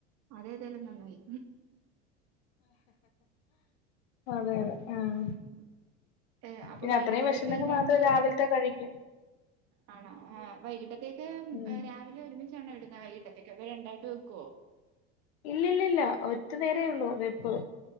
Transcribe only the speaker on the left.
അതെ അതെ ആഹ്
പിന്നെ
അത്രയും വിശന്നെങ്കിൽ
മാത്രം
രാവിലത്തെ കഴിക്കും
ഉം
ഇല്ലില്ല ഇല്ല ഒറ്റ നേരേ ഉള്ളൂ വെപ്പ്